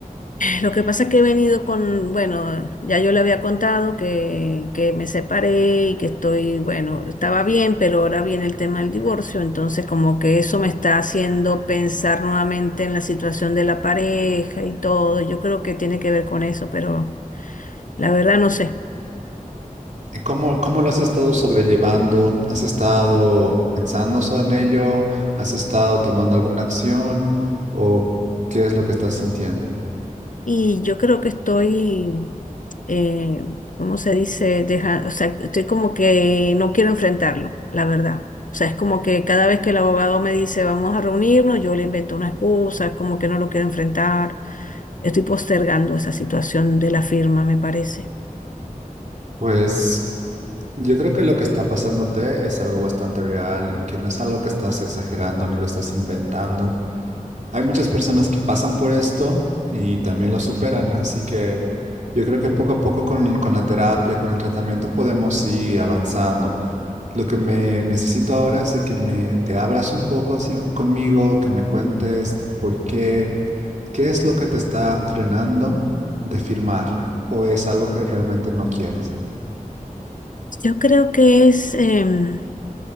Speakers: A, on the left; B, on the right.
A: Lo que pasa es que he venido con, bueno, ya yo le había contado que, que me separé y que estoy, bueno, estaba bien, pero ahora viene el tema del divorcio, entonces como que eso me está haciendo pensar nuevamente en la situación de la pareja y todo. Yo creo que tiene que ver con eso, pero la verdad no sé.
B: ¿Y cómo, cómo lo has estado sobrellevando? ¿Has estado pensando so- en ello? ¿Has estado tomando alguna acción? ¿O qué es lo que estás sintiendo?
A: Y yo creo que estoy, eh, ¿cómo se dice? Deja, o sea, estoy como que no quiero enfrentarlo, la verdad. O sea, es como que cada vez que el abogado me dice vamos a reunirnos, yo le invento una excusa, como que no lo quiero enfrentar. Estoy postergando esa situación de la firma, me parece.
B: Pues yo creo que lo que está pasándote es algo bastante real y que no es algo que estás exagerando ni lo estás inventando. Hay muchas personas que pasan por esto y también lo superan, así que yo creo que poco a poco con, con la terapia, con el tratamiento podemos ir avanzando. Lo que me necesito ahora es de que me te abras un poco así conmigo, que me cuentes por qué, qué es lo que te está frenando de firmar o es algo que realmente no quieres.
A: Yo creo que es, em,